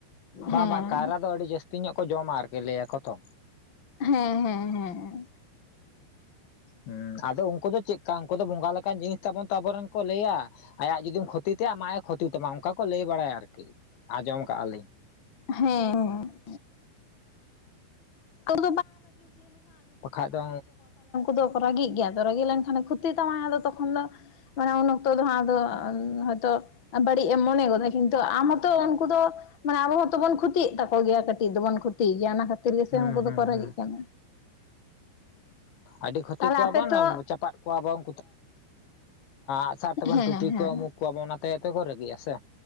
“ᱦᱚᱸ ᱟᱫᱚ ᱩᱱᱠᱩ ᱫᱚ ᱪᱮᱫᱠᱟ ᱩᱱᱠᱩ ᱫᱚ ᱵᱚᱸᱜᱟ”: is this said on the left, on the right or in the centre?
Left